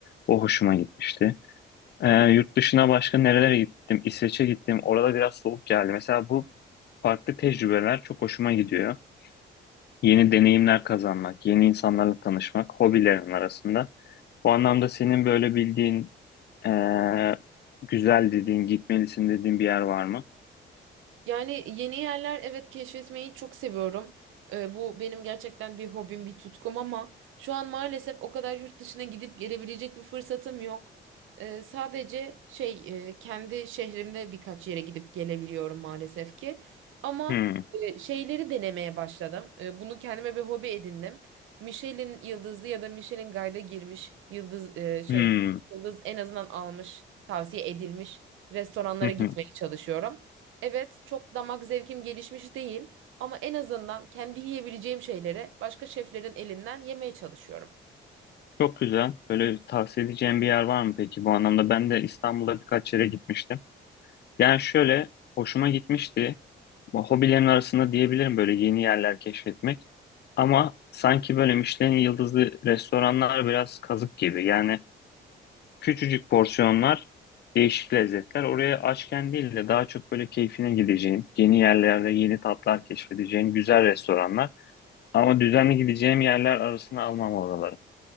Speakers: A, on the left (about 55°); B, on the right (about 80°).
A: O hoşuma gitmişti. E, yurt dışına başka nerelere gittim? İsveç'e gittim. Orada biraz soğuk geldi. Mesela bu farklı tecrübeler çok hoşuma gidiyor yeni deneyimler kazanmak, yeni insanlarla tanışmak hobilerin arasında. Bu anlamda senin böyle bildiğin, eee, güzel dediğin, gitmelisin dediğin bir yer var mı?
B: Yani yeni yerler evet keşfetmeyi çok seviyorum. Ee, bu benim gerçekten bir hobim, bir tutkum ama şu an maalesef o kadar yurt dışına gidip gelebilecek bir fırsatım yok. Ee, sadece şey e, kendi şehrimde birkaç yere gidip gelebiliyorum maalesef ki. Ama
A: Hmm,
B: e, şeyleri denemeye başladım. E, bunu kendime bir hobi edindim. Michelin yıldızlı ya da Michelin Guide'a girmiş yıldız e, şey
A: hmm,
B: yıldız en azından almış, tavsiye edilmiş restoranlara
A: hı
B: gitmeye
A: hı.
B: çalışıyorum. Evet, çok damak zevkim gelişmiş değil ama en azından kendi yiyebileceğim şeyleri başka şeflerin elinden yemeye çalışıyorum.
A: Çok güzel. Böyle tavsiye edeceğim bir yer var mı peki bu anlamda? Ben de İstanbul'a birkaç yere gitmiştim. Yani şöyle, hoşuma gitmişti. Bu hobilerin arasında diyebilirim böyle yeni yerler keşfetmek. Ama sanki böyle Michelin yıldızlı restoranlar biraz kazık gibi. Yani Küçücük porsiyonlar, değişik lezzetler. Oraya açken değil de daha çok böyle keyfine gideceğin, yeni yerlerde yeni tatlar keşfedeceğin güzel restoranlar. Ama düzenli gideceğim yerler arasına almam oraları.